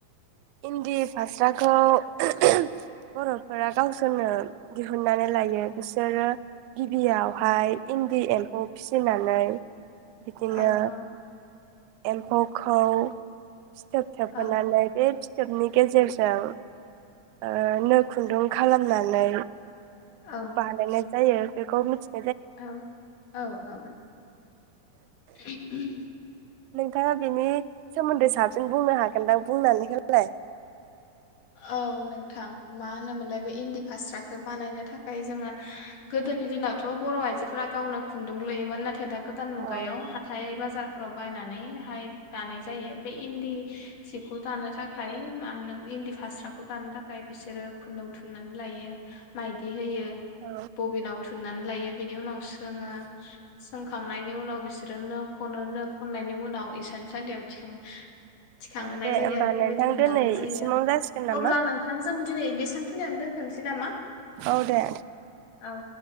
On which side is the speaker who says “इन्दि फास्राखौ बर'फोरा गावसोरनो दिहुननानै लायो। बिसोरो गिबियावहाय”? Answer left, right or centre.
Right